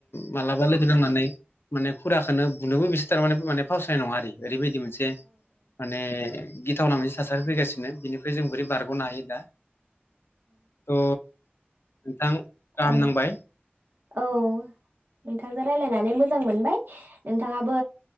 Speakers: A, on the left; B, on the right.
A: मालाबा लोगो नांनानै। माने फुराखोनो बुनोबो बिसोर थारमाने माने फावसनाय नङा आरो। ओरैबायदि मोनसे माने। गिथावना मोनसे थासारि फैगासिनो बिनिफ्राय जों बोरै बारग'नो हायो दा। अ नोंथां गाहाम
B: औ
A: नांबाय।
B: औ नोंथांजों रायलायनानै मोजां मोनबाय नोंथाङाबो